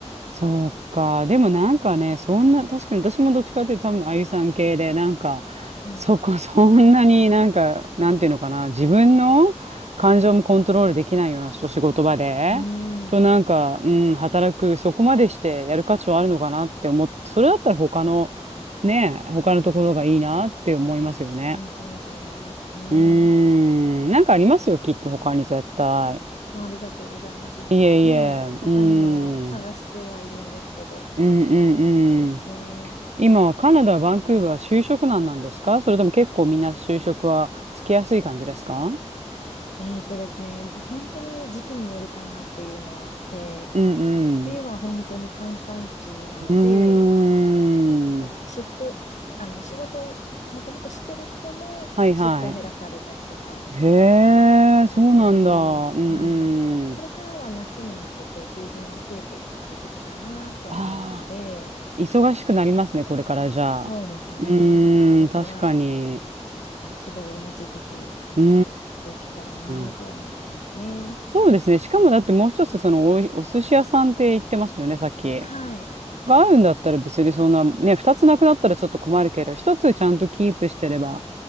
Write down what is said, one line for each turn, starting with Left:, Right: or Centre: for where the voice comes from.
Right: そうか。でもなんかね、そんな、確かに私もどっちかっていうと多分、あゆさん系で、なんか、
Left: はい。
Right: そこ、<laughs> そんなになんか、なんていうのかな、自分の感情もコントロールできないような仕事場で、
Left: うん。
Right: となんか、うん、働く、そこまでしてやる価値はあるのかなって思って、それだったら他の、ね、他のところがいいなって思いますよね。
Left: 本当にそう思いますね。
Right: うーん、なんかありますよ、きっと他に絶対。
Left: ありがとうございます。ちょっとね、
Right: いえいえ、うーん。
Left: 他にも探してはいるんですけど、
Right: うんう
Left: なかなかですね。
Right: んうん。今、カナダ、バンクーバー、就職難なんですかそれとも結構みんな就職はつきやすい感じですか
Left: えーとですね、まあ本当に時期によるかなっていうのはあって、
Right: うんうん。
Left: 冬は本当に閑散期なので、
Right: うーん。
Left: やっぱりシフト、あの、仕事をもともとしてる人もシフトを減らされたりとか
Right: はいはい。へえ、そうなんだ。
Left: あったり、
Right: うん
Left: はい。でもこれからは夏に向けて求人は増えていく時期かなとは思うので、
Right: うん。ああ、忙しくなりますね、これからじゃあ。
Left: そうですね。
Right: うーん、
Left: これから
Right: 確かに。
Left: ちょっと希望を持ちつつ
Right: うー
Left: できたらなとは思ってますね。
Right: ん。そうですね。しかもだってもう一つ、そのおい、お寿司屋さんって言ってましたよね、さっき。
Left: はい。
Right: があるんだったら別にそんな、ね、二つなくなったらちょっと困るけど、一つちゃんとキープしてれば、